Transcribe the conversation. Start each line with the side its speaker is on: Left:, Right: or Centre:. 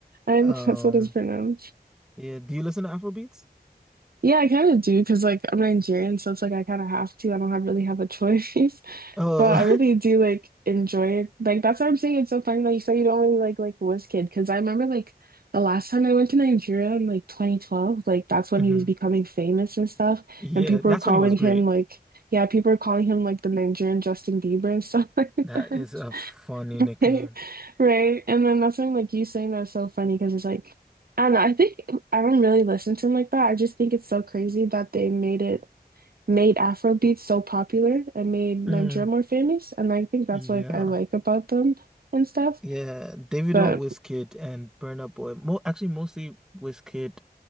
Right: I know
Centre: Um
Right: that's what it's pronounced.
Centre: yeah, do you listen to Afrobeats?
Right: Yeah, I kind of do because like I'm Nigerian, so it's like I kind of have to. I don't have really have a choice. <laughs>
Centre: Oh.
Right: But I really do like enjoy it. Like that's why I'm saying it's so funny that you said you don't really like like Wizkid because I remember like the last time I went to Nigeria in like 2012, like that's when
Centre: <laughs> hmm
Right: he was becoming famous and stuff,
Centre: Yeah,
Right: and people
Centre: that's
Right: were calling
Centre: when he was great.
Right: him like yeah, people were calling him like the Nigerian Justin Bieber and stuff <laughs> like that,
Centre: That is a funny
Right: <laughs>
Centre: nickname.
Right: right? And then that's when like you saying that's so funny because it's like I don't know. I think I don't really listen to him like that. I just think it's so crazy that they made it made Afro so popular and made Nigeria
Centre: Mm,
Right: more famous. And I think that's
Centre: yeah.
Right: like I like about them and stuff.
Centre: Yeah, Davido,
Right: But
Centre: Wizkid, and Burna Boy. Mo actually, mostly Wizkid.